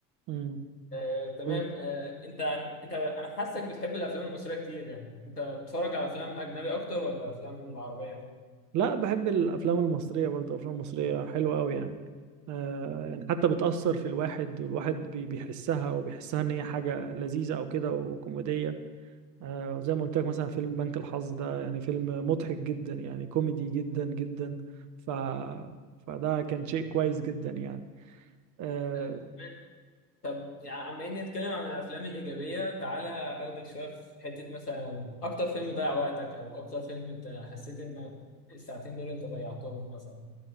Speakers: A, on the right; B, on the left.
A: امم
B: آه،
A: مظبوط
B: تمام آه، انت عن... انت انا حاسك بتحب الافلام المصريه كتير يعني انت بتتفرج على افلام اجنبي اكتر ولا افلام العربيه
A: لا بحب الافلام المصريه برضو الافلام المصريه حلوه قوي يعني آه يعني حتى بتاثر في الواحد والواحد بي- بيحسها وبيحسها ان هي حاجه لذيذه او كده وكوميديه آه، زي ما قلت لك مثلا فيلم بنك الحظ ده يعني فيلم مضحك جدا يعني كوميدي جدا جدا ف فده كان شيء كويس جدا يعني آه،
B: آه، تمام طب يعني عم نتكلم عن الافلام الايجابيه تعالى اخدك شويه في حته مثلا اكتر فيلم ضيع وقتك او اكتر فيلم انت حسيت ان الساعتين دول انت ضيعتهم مثلا